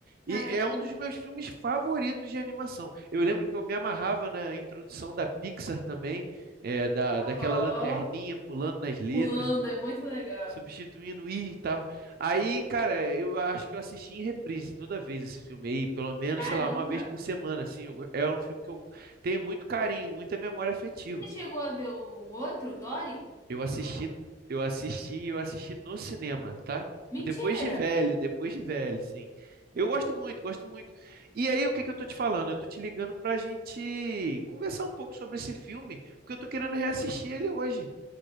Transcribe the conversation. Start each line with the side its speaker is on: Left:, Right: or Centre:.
Left: Caramba.
Right: E é um dos meus filmes favoritos de animação. Eu lembro que eu me amarrava na introdução da Pixar também, é, da,
Left: Aham.
Right: daquela lanterninha pulando nas letras
Left: Pulando,
Right: e
Left: é muito legal.
Right: substituindo e tal. Aí, cara, eu acho que eu assisti em reprise toda vez esse filme aí, pelo menos,
Left: Caramba.
Right: sei lá, uma vez por semana, assim. eu go- é um filme que eu tenho muito carinho, muita memória afetiva.
Left: Você chegou a ver o outro, Dory?
Right: Eu assisti,
Left: Procurando.
Right: eu assisti, eu assisti no cinema, tá?
Left: Mentira!
Right: Depois de velho, depois de velho, sim. Eu gosto muito, gosto muito. E aí, o que que eu tô te falando? Eu tô te ligando pra gente conversar um pouco sobre esse filme, porque eu tô querendo reassistir ele hoje,